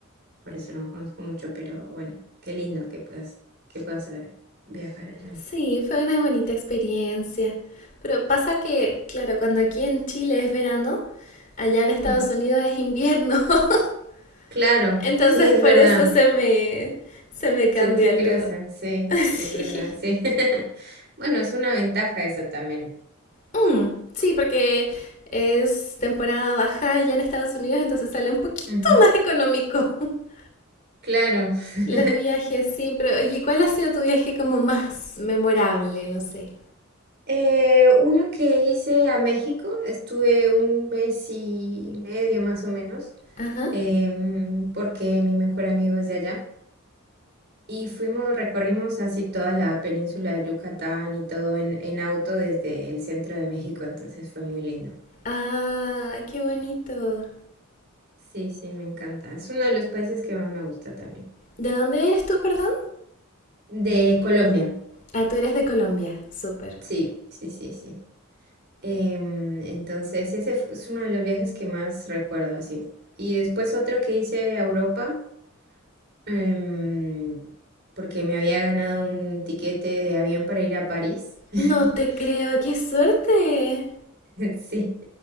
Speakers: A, on the right; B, on the left.
A: por eso no conozco mucho, pero bueno, qué lindo que puedas, que puedas eh, viajar allá.
B: Sí, fue una bonita experiencia. Pero pasa que, claro, cuando aquí en Chile es verano, allá en Estados
A: Ujú.
B: Unidos es invierno. <laughs>
A: Claro,
B: Entonces
A: sí, es
B: por
A: verdad,
B: eso se me, se me cambian
A: se te cruzan,
B: lo...
A: sí,
B: <laughs> Sí.
A: es verdad, sí. <laughs> Bueno, es una ventaja eso también.
B: Mm, sí, porque es temporada baja ya en Estados Unidos, entonces sale un poquito
A: Ujú,
B: más económico <laughs>
A: Claro. <laughs>
B: los viajes, sí. Pero, oye, ¿cuál ha sido tu viaje como más memorable? No sé.
A: Eh, uno que hice a México, estuve un mes y medio más o menos,
B: Ajá.
A: em, porque mi mejor amigo es de allá. Y fuimos, recorrimos así toda la península de Yucatán y todo en, en auto desde el centro de México, entonces fue muy lindo.
B: Ah, qué bonito.
A: Sí, sí, me encanta. Es uno de los países que más me gusta también.
B: ¿De dónde eres tú, perdón?
A: De Colombia,
B: Ah, tú eres de Colombia. Súper.
A: sí, sí, sí, sí. Em, entonces, ese f- es uno de los viajes que más recuerdo así. Y después otro que hice a Europa em, porque me había ganado un tiquete de avión para ir a París. <laughs>
B: No te creo, qué suerte.
A: Sí.